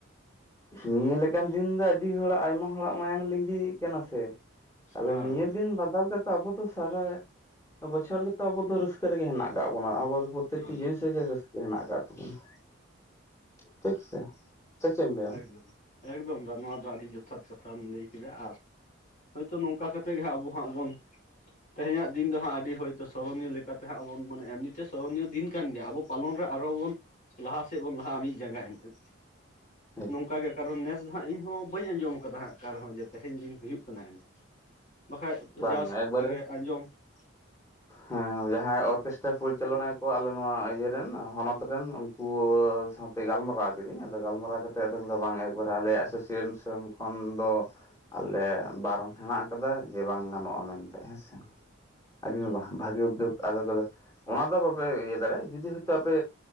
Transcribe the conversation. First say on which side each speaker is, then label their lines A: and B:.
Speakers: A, on the left; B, on the left.
A: ᱱᱤᱭᱟᱹ ᱞᱮᱠᱟᱱ ᱫᱤᱱ ᱫᱚ ᱟᱹᱰᱤ ᱦᱚᱲᱟᱜ ᱟᱭᱢᱟ ᱦᱚᱲᱟᱜ ᱢᱟᱭᱟᱝ ᱞᱤᱸᱜᱤ ᱠᱟᱱᱟ ᱥᱮ ᱛᱟᱫᱚ
B: ᱦᱮᱸ
A: ᱱᱤᱭᱟᱹ ᱫᱤᱱ ᱵᱟᱫᱟᱞ ᱛᱮ ᱟᱵᱚ ᱫᱚ ᱥᱟᱨᱟ ᱵᱚᱪᱷᱚᱨ ᱜᱮᱛᱚ ᱟᱵᱚ ᱫᱚ ᱨᱟᱹᱥᱠᱟᱹ ᱨᱮᱜᱮ ᱦᱮᱱᱟᱜ ᱟᱠᱟᱟᱜ ᱵᱚᱱᱟ ᱟᱵᱚ- ᱯᱨᱚᱛᱮᱠᱴᱤ
B: ᱦᱮᱸ
A: ᱡᱤᱱᱤᱥ ᱨᱮᱜᱮ ᱨᱟᱹᱥᱠᱟᱹ ᱦᱮᱱᱟᱜ ᱟᱠᱟᱫ ᱛᱟᱵᱚᱱᱟ ᱴᱷᱤᱠ ᱥᱮ ᱪᱮᱫ ᱮᱢ ᱞᱟᱹᱭᱟ
B: ᱮᱠᱫᱚᱢ
A: ᱟᱢ
B: ᱮᱠᱫᱚᱢ ᱫᱟ ᱱᱚᱣᱟ ᱫᱚ ᱟᱹᱰᱤ ᱡᱚᱛᱷᱟᱛ ᱠᱟᱛᱷᱟᱢ ᱞᱟᱹᱭ ᱠᱮᱫᱟ ᱠᱟᱜ ᱟᱨ ᱦᱳᱭᱛᱳ ᱱᱚᱝᱠᱟ ᱠᱟᱛᱮ ᱜᱮ ᱦᱟᱸᱜ ᱟᱵᱚ ᱦᱟᱸᱜ ᱵᱚᱱ ᱾ ᱛᱮᱦᱮᱧᱟᱜ ᱫᱤᱱ ᱫᱚ ᱦᱟᱸᱜ ᱟᱹᱰᱤ ᱦᱚᱭᱛᱳ ᱥᱚᱨᱚᱱᱤᱭᱚ ᱞᱮᱠᱟᱛᱮ ᱦᱟᱸᱜ ᱵᱚᱱ ᱢᱮ ᱮᱢᱱᱤᱛᱮ ᱥᱚᱨᱚᱱᱤᱭᱚ ᱫᱤᱱ ᱠᱟᱱ ᱜᱮᱭᱟ ᱟᱵᱚ ᱯᱟᱞᱚᱱ ᱨᱮ ᱟᱨᱚ ᱵᱚᱱ ᱞᱟᱦᱟ ᱥᱮᱫ ᱵᱚᱱ ᱞᱟᱦᱟᱜᱼᱟ ᱢᱤᱫ ᱡᱟᱸᱜᱟ ᱮᱱᱛᱮᱫ
A: ᱦᱮᱸ
B: ᱱᱚᱝᱠᱟ ᱜᱮ ᱠᱟᱨᱚᱱ ᱱᱮᱥ ᱦᱟᱸᱜ ᱤᱧ ᱦᱚᱸ ᱵᱟᱹᱧ ᱟᱸᱡᱚᱢ ᱟᱠᱟᱫᱟ ᱚᱠᱟ ᱨᱮᱦᱚᱸᱮ ᱛᱮᱦᱮᱧ ᱫᱤᱱ ᱦᱩᱭᱩᱜ ᱠᱟᱱᱟ ᱮᱱᱛᱮ᱾ ᱵᱟᱠᱷᱟᱡ
A: ᱵᱟᱝ
B: ᱡᱟᱣ ᱥᱮᱨᱢᱟ
A: ᱮᱠᱵᱟᱨᱮ
B: ᱜᱮ <inaudible>
A: ᱦᱮᱸ, ᱡᱟᱦᱟᱸᱭ ᱚᱨᱠᱮᱥᱴᱟᱨ ᱯᱚᱨᱤᱪᱟᱞᱚᱱᱟᱭᱟ ᱠᱚ ᱟᱞᱮ ᱱᱚᱣᱟ ᱤᱭᱟᱹ ᱨᱮᱱ ᱦᱚᱱᱚᱛ ᱨᱮᱱ ᱠᱩᱶᱟᱹ ᱥᱟᱶᱛᱮ ᱜᱟᱞᱢᱟᱨᱟᱣ ᱠᱤᱫᱟᱹᱧ ᱟᱫᱚ ᱜᱟᱞᱢᱟᱨᱟᱣ ᱠᱟᱛᱮ ᱟᱫᱚ ᱵᱟᱝ ᱮᱠᱵᱟᱨᱮ ᱟᱞᱮ ᱮᱥᱳᱥᱤᱭᱮᱥᱚᱱ ᱠᱷᱚᱱ ᱫᱚ ᱟᱞᱮ ᱵᱟᱨᱚᱱ ᱦᱮᱱᱟᱜ ᱟᱠᱟᱫᱟ ᱾ ᱡᱮ ᱵᱟᱝ ᱜᱟᱱᱚᱜᱼᱟ ᱢᱮᱱᱛᱮ ᱦᱮᱸᱥᱮ
B: ᱦᱩᱸ
A: ᱟᱫᱚ ᱢᱮᱱ
B: ᱦᱩᱸ
A: ᱵᱟᱝ
B: ᱦᱮᱸ
A: ᱵᱷᱟᱜᱤ ᱩᱫᱽᱫᱳᱠ ᱾ ᱟᱫᱚ ᱛᱟᱞᱮ ᱚᱱᱟ ᱫᱚ ᱵᱟᱯᱮ ᱤᱭᱟᱹ ᱫᱟᱲᱮᱭᱟᱜᱼᱟ ᱡᱩᱫᱤ ᱦᱚᱭᱛᱳ ᱟᱯᱮ